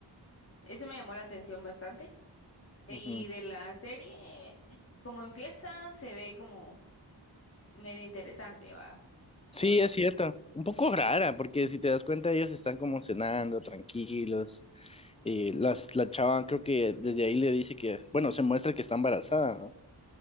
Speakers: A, on the left (about 30°); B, on the left (about 15°).
A: eso me llamó la atención bastante. Y
B: Ujú.
A: de la serie, como empieza, se ve como medio interesante, va,
B: Sí,
A: porque
B: es cierto. Un poco rara, porque si te das cuenta, ellos están como cenando, tranquilos. Y las, la chava creo que desde ahí le dice que, bueno, se muestra que está embarazada, ¿no?